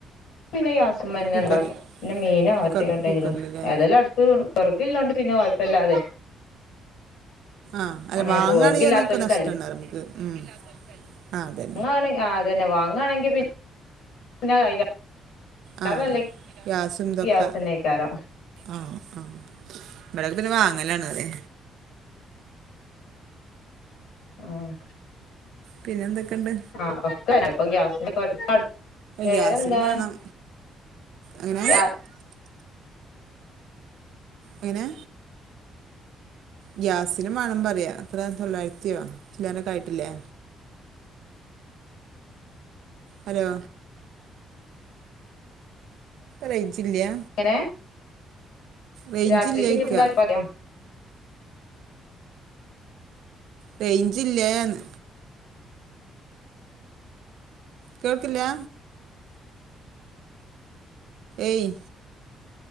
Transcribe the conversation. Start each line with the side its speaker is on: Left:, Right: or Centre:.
Left: പിന്നെ ഗ്യാസുമ്മന്നെ
Right: കുക്കറിൽ
Left: ഇണ്ടാക്കും. പിന്നെ മീനോ,
Right: കുക്കർ
Left: എത്തേങ്കിലും ഇണ്ടെങ്കിലും.
Right: കുക്കറിലല്ലേ
Left: ഏതായാലും അടു വിറക്ള്ളോണ്ട് പിന്നെ കൊഴപ്പല്ലാതെ.
Right: ആഹ്. അല്ല
Left: അങ്ങനെ
Right: വാങ്ങാണെങ്കിൽ
Left: പോവും വിറകില്ലാത്തോൽക്കല്ലേ
Right: അതൊക്കെ നഷ്ട ഇണ്ടാവ നമുക്ക്. ഉം. ആ. അതെ
Left: അങ്ങനെ. ആ അതന്നെ വാങ്ങാണെങ്കിൽ പിന്നെ. <unintelligible> അയിലേറെ
Right: ആ
Left: നല്ലത്
Right: ഗ്യാസും ഇതൊക്കെ.
Left: ഗ്യാസന്നേക്കാരം
Right: ആഹ്. ആഹ്. ഇവിടൊക്കെ പിന്നെ വാങ്ങലാണ് പറ്യ.
Left: ആഹ്
Right: പിന്നെ എന്തൊക്കെണ്ട്.
Left: ആഹ് ഒക്കല്ലത്. ഇപ്പൊ ഗ്യാസിന്റെ <unintelligible> വേറെന്താ
Right: ഗ്യാസിനും വേണം എങ്ങനെ
Left: ഗ്യാ
Right: എങ്ങനെ ഗ്യാസിനും വേണംന്ന് പറയാ. എത്രെ തൊള്ളായിരത്ത്യാെ, ചില്ലാനൊക്കെ ആയിട്ടില്ലെ. ഹലോ. റെയ്ഞ്ചില്ലാ.
Left: എങ്ങനെ
Right: റേഞ്ചില്ലേയ്ക്ക
Left: രാത്രി പിന്നെന്താ ചപ്പാത്ത്യാേ.
Right: റേയ്ഞ്ചില്ലേന്ന്. കേൾക്ക്ല്ലാ. ഏയ്.